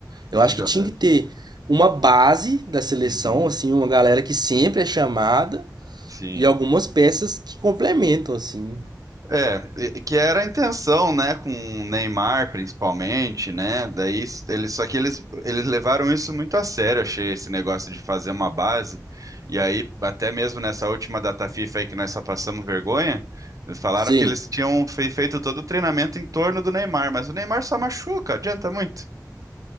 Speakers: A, on the right (about 70°); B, on the right (about 50°).
A: Eu
B: E
A: acho
B: já...
A: que tinha que ter uma base da seleção,
B: Uhum,
A: assim, uma galera que sempre é chamada
B: sim.
A: e algumas peças que complementam, assim.
B: É, e- que era a intenção, né, com o Neymar principalmente, né? Daí s- eles só que eles, eles levaram isso muito a sério, achei esse negócio de fazer uma base. E aí até mesmo nessa última data FIFA aí que nós só passamos vergonha, eles falaram
A: Sim.
B: que eles tinham fe- feito todo o treinamento em torno do Neymar, mas o Neymar só machuca, adianta muito?